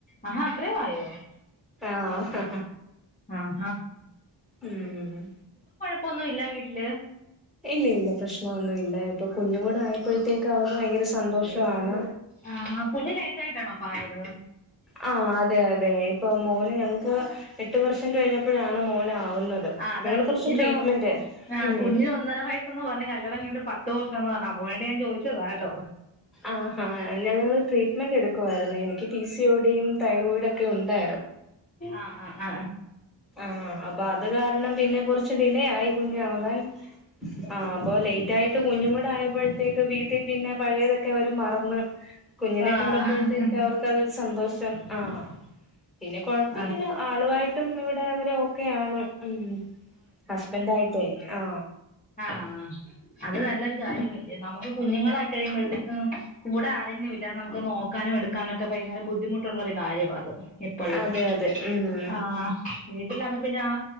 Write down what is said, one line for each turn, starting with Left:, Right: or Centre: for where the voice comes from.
Left: ആഹാ അത്രേം ആയോ
Centre: ആഹ്
Left: ആ
Centre: ഉം ഉ
Left: പ്പൊന്നുല്ല വീട്ടില്
Centre: ഇല്ല ഇല്ല പ്രശ്നമൊന്നുവില്ല ഇപ്പൊ കുഞ്ഞൂട ആയപ്പോഴത്തേക്ക് അവർക്ക് ഭയങ്കര സന്തോഷാണ്
Left: ആ കുഞ്ഞ് ലേറ്റായിട്ടാണോ അപ്പായത്
Centre: ആ അതെ അതെ ഇപ്പൊ മോന് ഞങ്ങക്ക് എട്ട് വർഷം കഴിഞ്ഞപ്പോഴാണ് മോനാ ഒന്നത്
Left: ആഹ് അതാ
Centre: ഞങ്ങള്
Left: കുഞ്ഞിനു
Centre: കുറച്ച് ട്രീറ്റ്മെന്റ്
Left: ആഹ്
Centre: മ്
Left: കുഞ്ഞിന് ഒന്നര പറഞ്ഞ് കല്യാണം കഴിഞ്ഞിട്ട് പത്ത് വർഷം എന്ന് പറഞ്ഞു അത് കൊണ്ട് ഞാൻ ചോദിച്ചതാട്ടോ
Centre: ആഹാ ഞങ്ങള് ട്രീറ്റ്മെന്റ് എടുക്കുവായിരുന്നേ എനിക്ക് പി സി ഒഡിയും തൈറോയിഡും ഒക്കെ ഉണ്ടാ
Left: ആ ആഹ് ആ
Centre: ആ അപ്പൊ അത് കാരണം പിന്നെ കുറച്ച് ഡിലെയായി കുഞ്ഞാവാൻ ആ അപ്പൊ ലേറ്റായിട്ട് കുഞ്ഞും കൂടെ ആയപ്പോഴത്തേക്ക് വീട്ടീ പിന്നെ പഴയതൊക്കെ അവര് മറന്ന് കുഞ്ഞിനെ
Left: ആഹ്
Centre: കണ്ടപ്പോഴത്തേക്ക് അവർക്ക് അതൊരു സന്തോഷം ആ പിന്നെ കൊഴപ്പില്ല
Left: ആഹ്
Centre: ആളുവായിട്ടും ഇവിടെ അവരെ ഓക്കെയാണ് ഉ ഹസ്ബൻഡായിട്ടേ ആ
Left: ആ അത് നല്ലൊരു കാര്യമല്ല നമുക്ക് കുഞ്ഞുങ്ങളായി കഴിയുമ്പഴ്ത്തേക്കും കൂടെ ആരെങ്കിലും ഇല്ലാ നമുക്ക് നോക്കാനും എടുക്കാനൊക്കെ ഭയങ്കര ബദ്ധിമു ദ്ധിമുട്ടൊള്ളൊരു കാര്യവാത് എപ്പൊഴും
Centre: അതെ അതെ ഉം
Left: ആ പിന്നെ പിന്നെ ആ